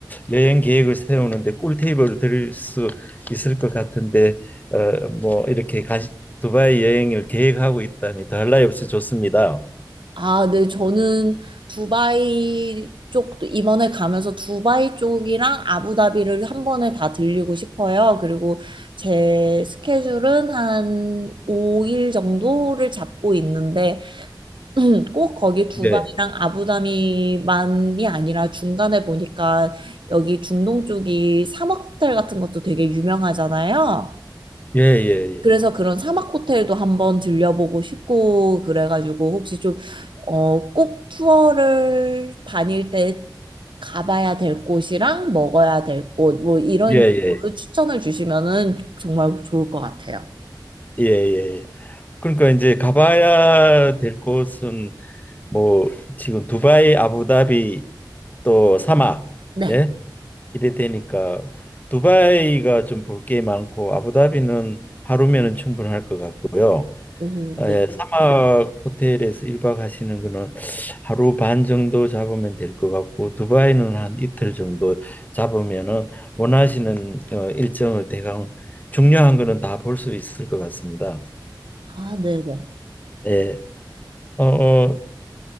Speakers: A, on the left (about 20°); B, on the right (about 80°).
A: 여행 계획을 세우는데 꿀테이블을 드릴 수 있을 것 같은데 어, 뭐 이렇게 가시, 두바이 여행을 계획하고 있다니 더할 나위 없이 좋습니다.
B: 아, 네. 저는 두바이 쪽도 이번에 가면서 두바이 쪽이랑 아부다비를 한 번에 다 들리고 싶어요. 그리고 제 스케줄은 한 5일 정도를 잡고 있는데 음, 꼭 거기 두바이랑
A: 네.
B: 아부다비만이 아니라 중간에 보니까 여기 중동 쪽이 사막 호텔 같은 것도 되게 유명하잖아요.
A: 예예예.
B: 그래서 그런 사막 호텔도 한번 들려보고 싶고 그래가지고 혹시 좀, 어, 꼭 투어를 다닐 때 가봐야 될 곳이랑 먹어야 될 곳, 뭐 이런
A: 예예.
B: 식으로 추천을 주시면은 정말 좋을 것 같아요.
A: 예예. 그러니까 이제 가봐야 될 곳은 뭐 지금 두바이, 아부다비 또 사막
B: 네.
A: 예 이래 되니까 두바이가 좀 볼 게 많고 아부다비는 하루면은 충분할 것 같고요.
B: 오,
A: 아,
B: 네.
A: 예, 사막 호텔에서 1박 하시는 거는 하루 반 정도 잡으면 될 것 같고 두바이는 한 이틀 정도 잡으면은 원하시는 어, 일정을 대강 중요한 거는 다 볼 수 있을 것 같습니다.
B: 아, 네네.
A: 예. 어, 어,